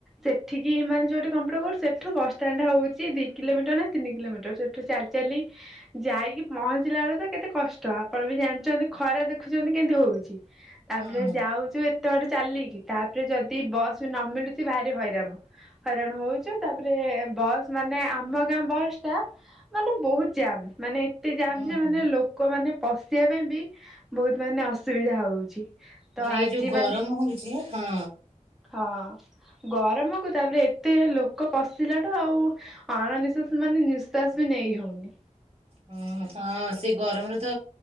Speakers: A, in the centre; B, on the right.
A: ସେଠିକି ମାନେ ଯଉଠି କମ୍ପୁଟ କ‌ ସେଠୁ ବସଷ୍ଟାଣ୍ଡ ହଉଛି ଦି କିଲୋମିଟର୍ ନା ତିନି କିଲୋମିଟର୍ ସେଠୁ ଚାଲି ଚାଲି ଯାଇକି ପହଞ୍ଚିଲା ବେଳୁ ତ କେତେ କଷ୍ଟ ଆପଣ ବି ଜାଣିଚନ୍ତି ଖରା ଦେଖୁଛନ୍ତି କେମିତି ହଉଛି। ତାପରେ
B: ହୁଁ
A: ଯାଉଛୁ ଏତେ ବାଟ ଚାଲିକି ତାପରେ ଯଦି ଯଦି ବସ୍ ନ ମିଳୁଚି ଭାରି ହଇରାଣ। ହଇତାଣ ହଉଛୁ ତାପରେ ବସ୍ ମାନେ ଆମ ଗାଁ ବସ୍ ଟା ମାନେ ବହୁତ୍ ଯାମ୍ ମାନେ ଏତେ ଜାମ୍
B: ହୁଁ
A: ଯେ
B: ହୁଁ।
A: ମାନେ ଲୋକ ଲୋକ ମାନେ ପଶିବା ପାଇଁ ବି ବହୁତ୍ ମାନେ ଅସୁବିଧା ହଉଛି। ତ
B: ମାନେ
A: ଆଜି
B: ଏଇ ଯୋଉ ଗରମ୍
A: ମାନେ
B: ହେଉଛି, ହଁ।
A: ହଁ ଗରମକୁ ତାପରେ ଏତେ ଲୋକ ପଶିଲାଠୁ ଆଉ ଅଣନିଶ୍ୱାସ୍ ମାନେ ନିଃଶ୍ଵାସ୍ ବି ନେଇ ହଉନି।
B: ହଁ ହଁ, ସେ ଗରମରେ ତ,